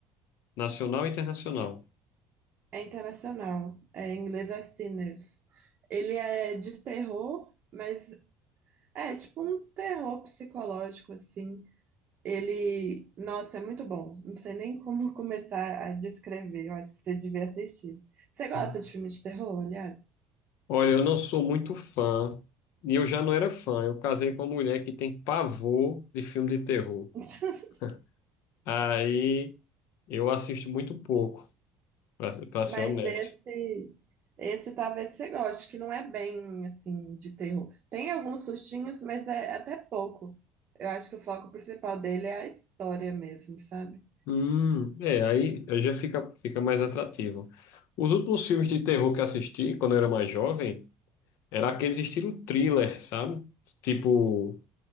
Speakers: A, on the left; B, on the right.
A: nacional e internacional.
B: É internacional. É, em inglês é Sinners. Ele é de terror, mas é tipo um terror psicológico, assim. Ele, nossa, é muito bom. Não sei nem como <laughs> começar a descrever. Eu acho que você devia assistir. Você gosta
A: Hum.
B: de filme de terror, aliás?
A: Olha, eu não sou muito fã, e eu já não era fã. Eu casei com uma mulher que tem pavor de filme de terror.
B: <laughs>
A: <laughs> Aí eu assisto muito pouco, para ser
B: Mas
A: honesto.
B: esse, esse talvez você goste, que não é bem assim de terror. Tem alguns sustinhos, mas é até pouco. Eu acho que o foco principal dele é a história mesmo, sabe?
A: Hum, é, aí aí já fica, fica mais atrativo. Os últimos filmes de terror que assisti quando eu era mais jovem era aqueles estilo thriller, sabe? Tipo